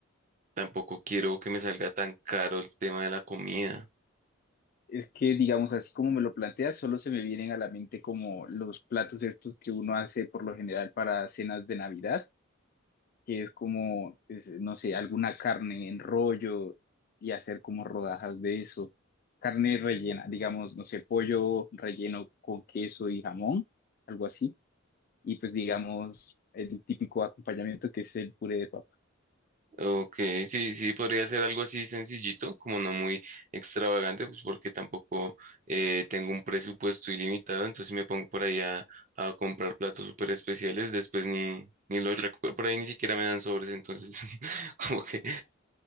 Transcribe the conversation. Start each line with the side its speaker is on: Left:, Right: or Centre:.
Right: tampoco quiero que me salga tan caro el tema de la comida.
Left: Es que, digamos, así como me lo planteas, solo se me vienen a la mente como los platos estos que uno hace por lo general para cenas de Navidad, que es como, es, no sé, alguna carne en rollo y hacer como rodajas de eso. Carne rellena, digamos, no sé, pollo relleno con queso y jamón, algo así. Y pues, digamos, el típico acompañamiento que es el puré de papa.
Right: Ok, sí, sí, podría ser algo así sencillito, como no muy extravagante, pues porque tampoco eh, tengo un presupuesto ilimitado, entonces si me pongo por ahí a, a comprar platos súper especiales, después ni, ni los recupero, por ahí ni siquiera me dan sobres, entonces <laughs> como que...